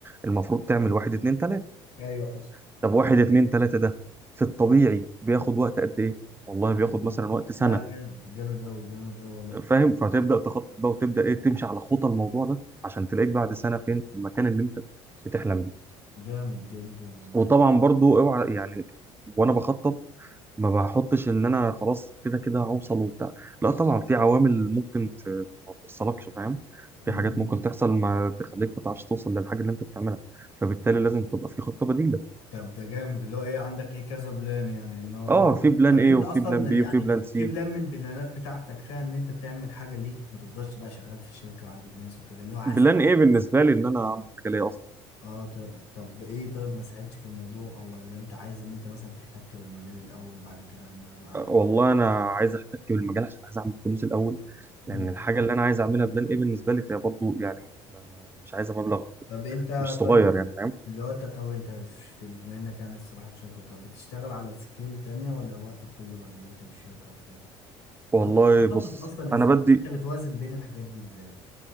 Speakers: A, on the right (about 15°); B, on the left (about 80°).
A: المفروض تعمل واحد اتنين تلاته
B: ايوه حصل
A: طب واحد اتنين تلاته ده في الطبيعي بياخد وقت قد ايه والله بياخد
B: يعني.
A: مثلا وقت سنه
B: لا جامد جامد أوي جامد أوي والله
A: فاهم فتبدا تخطط بقى وتبدا ايه تمشي على خطى الموضوع ده عشان تلاقيك بعد سنه فين في المكان اللي انت بتحلم بيه
B: جامد جدا والله
A: وطبعا
B: يعني.
A: برضو اوعى يعني وانا بخطط ما بحطش ان انا خلاص كده كده هوصل وبتاع لا طبعا في عوامل ممكن ت... ما توصلكش فاهم
B: م-م.
A: في حاجات ممكن تحصل ما تخليك ما تعرفش توصل للحاجه اللي انت بتعملها فبالتالي لازم تبقى في خطه بديله
B: طب ده جامد اللي هو ايه عندك ايه كذا بلان يعني ان هو
A: اه
B: بلان
A: في بلان
B: طب
A: ايه
B: انت
A: وفي
B: اصلا
A: بلان بي
B: يعني
A: وفي بلان
B: في
A: سي
B: في بلان من البلانات بتاعتك فيها ان انت تعمل حاجة ليك ما تفضلش بقى شغال في شركة وعند الناس وكده اللي هو عايز
A: بلان ايه بالنسبه لي ان انا اعمل حاجه ليا اصلا
B: اه ط- طب ايه طيب ما ساعدتش في الموضوع او ولا انت عايز ان انت مثلا تحتك بالمجال الاول بعد كده ان انا بقى
A: والله انا عايز احتك بالمجال عشان عايز اعمل فلوس الاول
B: مم.
A: لان الحاجه اللي انا عايز اعملها بلان ايه بالنسبه لي فهي برضو يعني ما- ما- مش عايزه مبلغ
B: طب انت
A: مش صغير
B: طيب
A: يعني فاهم
B: اللي هو انت طب انت ش- بما انك يعني الصراحة الشركة طب بتشتغل على سكيل تانية ولا وقتك كله بقى دلوقتي للشركة وبتاع
A: والله
B: ولا انت بتخطط
A: بص
B: اصلا ازاي
A: انا بدي
B: انت بتوازن بين الحاجات دي ازاي